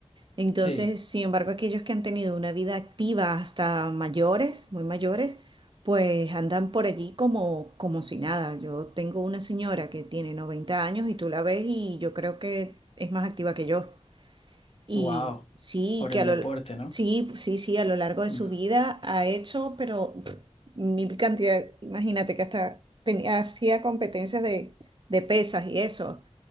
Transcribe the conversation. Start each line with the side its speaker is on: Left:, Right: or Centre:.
Right: Entonces,
Left: sí,
Right: sin embargo, aquellos que han tenido una vida activa hasta mayores, muy mayores, pues andan por allí como, como si nada. Yo tengo una señora que tiene 90 años y tú la ves y yo creo que es más activa que yo. Y
Left: wow,
Right: sí,
Left: por
Right: que
Left: el
Right: a lo,
Left: deporte, ¿no?
Right: sí, sí, sí, a lo largo de
Left: Mm.
Right: su vida ha hecho, pero pff, mil cantidad, imagínate que hasta tenía, hacía competencias de, de pesas y eso.